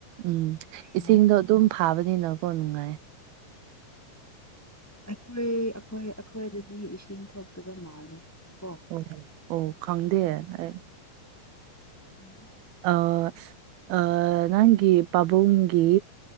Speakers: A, on the right; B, on the left.
A: ꯎꯝ
B: ꯍꯣꯏ
A: ꯏꯁꯤꯡꯗꯣ ꯑꯗꯨꯝ ꯐꯥꯕꯅꯤꯅꯀꯣ ꯅꯨꯡꯉꯥꯏ
B: ꯑꯩꯈꯣꯏ ꯑꯩꯈꯣꯏ ꯑꯩꯈꯣꯏꯗꯗꯤ ꯏꯁꯤꯡ ꯊꯣꯛꯇꯕ ꯃꯥꯜꯂꯦ ꯀꯣ
A: ꯑꯣ ꯑꯣ ꯈꯪꯗꯦ ꯑꯩ
B: ꯎꯝ
A: ꯑꯥ ꯑꯥ ꯅꯪꯒꯤ ꯄꯥꯕꯨꯡꯒꯤ